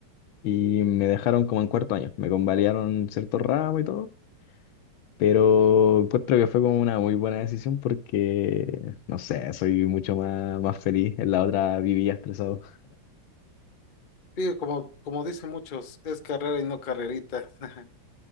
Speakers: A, on the left; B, on the left.
A: Y me dejaron como en cuarto año. Me convalidaron ciertos ramos y todo. Pero encuentro que fue como una muy buena decisión porque, no sé, soy mucho más, más feliz. En la otra vivía estresado.
B: Sí, como, como dicen muchos, es carrera y no carrerita. <laughs>